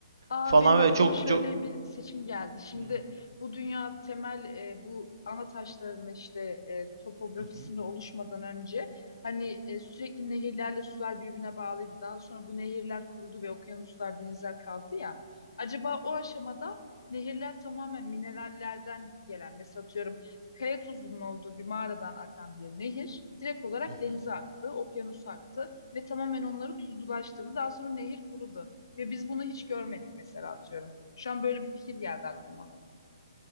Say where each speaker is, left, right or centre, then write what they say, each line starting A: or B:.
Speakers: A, on the left; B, on the right.
A: Aa,
B: falan
A: benim aklıma
B: ve çok
A: şöyle
B: çok
A: bir seçim geldi. Şimdi
B: Hı
A: bu dünya temel e, bu ana taşlarını işte e, topografisini
B: hı.
A: oluşmadan önce hani e, sürekli nehirlerle sular birbirine bağlıydı. Daha sonra bu nehirler kurudu ve okyanuslar, denizler kaldı ya. Acaba o aşamada nehirler tamamen minerallerden gelen mesela atıyorum kaya tuzunun olduğu bir mağaradan akan bir nehir direkt olarak
B: hı hı.
A: denize aktı, okyanusa aktı ve tamamen onları tuzlulaştırdı. Daha sonra nehir kurudu. Ve biz bunu hiç görmedik mesela atıyorum. Şu an böyle bir fikir geldi aklıma.